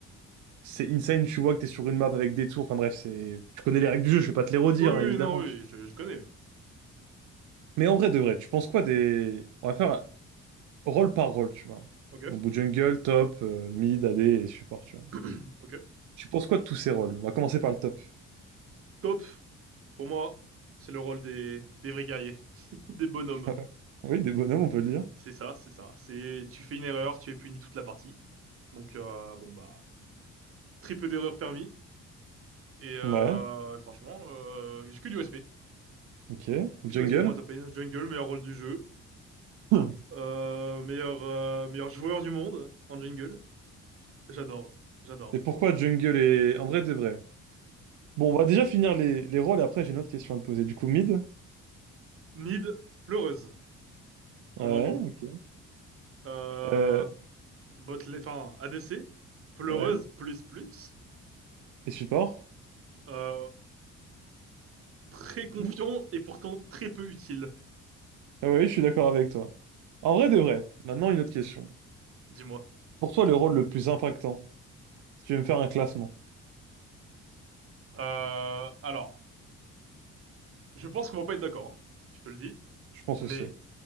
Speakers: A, on the right; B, on the right.
A: c'est insane. Tu vois que t'es sur une map avec des tours. Enfin, bref, c'est. Tu connais les règles du jeu, je vais pas te les redire,
B: Oui, oui,
A: hein, évidemment.
B: oui, non, oui,
A: tu
B: je, je connais, oui.
A: Mais en vrai de vrai, tu penses quoi des. On va faire rôle par rôle, tu vois.
B: Ok.
A: Donc, jungle, top, euh, mid, AD et support, tu vois.
B: <clears throat> Ok.
A: Tu penses quoi de tous ces rôles? On va commencer par le top.
B: Top, pour moi, c'est le rôle des, des vrais guerriers, <laughs> des bonhommes.
A: <laughs> Oui, des bonhommes, on peut le dire.
B: C'est ça, c'est ça. C'est tu fais une erreur, tu es puni toute la partie. Donc euh, bon bah très peu d'erreurs permis. Et euh,
A: Ouais,
B: franchement, euh, j'ai que du respect,
A: ok.
B: que
A: Jungle.
B: du respect pour la top
A: <clears throat>
B: lane. Jungle, meilleur rôle du jeu,
A: Hmm.
B: Euh, meilleur euh, meilleur joueur du monde en jungle. J'adore, j'adore.
A: Et pourquoi jungle est... En vrai, de vrai. Bon, on va déjà finir les, les rôles, après j'ai une autre question à te poser. Du coup, mid.
B: Mid, pleureuse en
A: Ouais,
B: un mot.
A: ok.
B: Euh,
A: Euh,
B: bot lane- enfin ADC, pleureuse
A: ouais.
B: plus plus.
A: Et support?
B: Euh, très confiant
A: Ouh.
B: et pourtant très peu utile,
A: Ah oui, je suis d'accord avec toi. En vrai, de vrai. Maintenant, une autre question.
B: dis-moi.
A: Pour toi, le rôle le plus impactant, si tu veux me faire un classement,
B: Euh, alors. Je pense qu'on va pas être d'accord, hein, je te le dis.
A: je pense
B: Mais,
A: aussi.